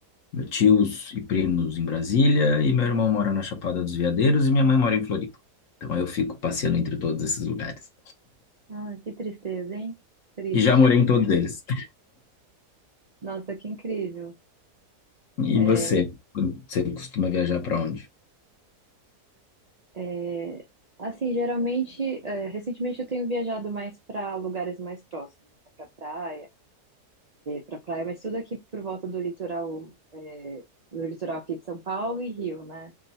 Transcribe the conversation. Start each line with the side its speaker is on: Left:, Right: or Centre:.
Left: Meus tios e primos em Brasília, e meu irmão mora na Chapada dos Veadeiros, e minha mãe mora em Floripa. Então eu fico passeando entre todos esses lugares.
Right: Ah, que tristeza, hein? Triste.
Left: E já morei em todos eles. <laughs>
Right: Nossa, que incrível.
Left: E
Right: É,
Left: você? Você costuma viajar para onde?
Right: é, assim, geralmente, é, recentemente eu tenho viajado mais para lugares mais próximos, para praia, para praia, mas tudo aqui por volta do litoral, é, do litoral aqui de São Paulo e Rio, né?